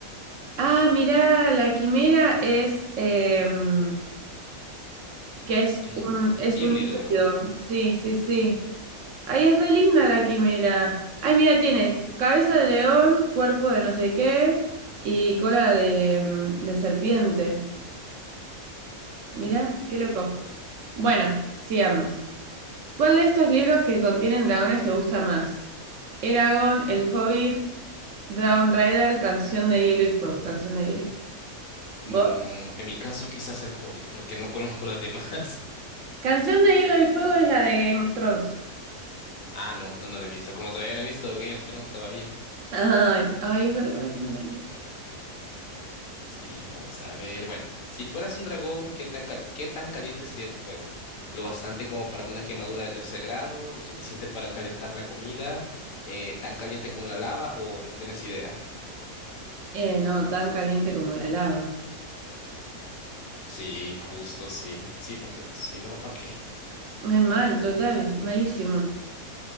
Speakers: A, on the right; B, on the left.
A: Ah, mirá, la quimera es em, que es
B: Es
A: un es
B: híbrido,
A: un
B: ¿verdad?
A: híbrido. Sí, sí, sí. Ay, es re linda la quimera. Ay, mira, tiene cabeza de león, cuerpo de no sé qué y cola de, em, de serpiente. Mira, qué loco. Bueno, sigamos. ¿Cuál de estos libros que contienen dragones te gusta más? Eragon, El Hobbit, Dragon Rider, Canción de Hielo y Fuego. Canción de Hielo y Fuego. ¿Vos?
B: Mm, en mi caso, quizás el Hobbit, porque no <laughs> conozco las demás. <laughs>
A: Canción de Hielo y Fuego es la de Game of Thrones.
B: Ah, no, no, no lo he visto. Como todavía no he visto Game of Thrones todavía.
A: Ay, ay, es verdad que no la viste.
B: Sí, vamos a ver. Bueno, si fueras un dragón, ¿qué tan, cal- qué tan caliente sería tu fuego? ¿Lo bastante como para una quemadura de tercer grado? ¿Lo suficiente para calentar la comida? Eh, ¿tan caliente como la lava? ¿O no tienes idea?
A: Eh, no, tan caliente como la lava.
B: Sí, justo, sí. Sí, porque pues, si no, ¿para qué?
A: Ay, mal, total, malísimo.